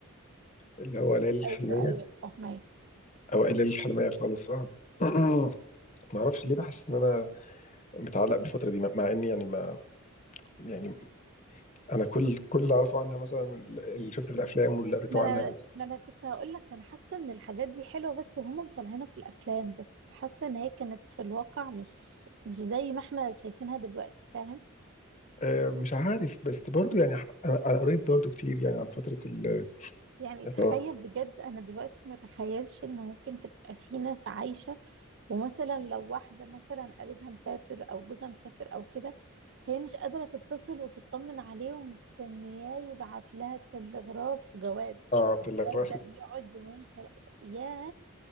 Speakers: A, on the left; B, on the right.
A: اللي هو ليالي الحلميه
B: أيوه أيوه فاهمك
A: اوائل ليالي الحلميه خالص اه <clears throat> ما اعرفش ليه بحس ان انا متعلق بالفتره دي مع اني يعني ما يعني انا كل كل اللي اعرفه عنها مثلا اللي شفته في الافلام واللي قريته
B: ما أنا
A: عنها بس
B: ما أنا كنت هقول لك أنا حاسة إن الحاجات دي حلوة بس هما مطلعينها في الأفلام بس حاسة إن هي كانت في الواقع مش مش زي ما إحنا شايفينها دلوقتي فاهم
A: آه، مش عارف بس برضو يعني ح- انا أنا قريت برضو كتير يعني عن فتره ال
B: يعني
A: اللي
B: تخيل
A: هو
B: بجد انا دلوقتي ما تخيلش ان ممكن تبقى في ناس عايشة ومثلا لو واحدة مثلا قريبها مسافر او جوزها مسافر او كده هي مش قادرة تتصل وتطمن عليه ومستنياه يبعت لها تلغراف وجواب
A: اه
B: الجواب
A: الاغراق
B: ده بيقعد يومين ثلاثة ياه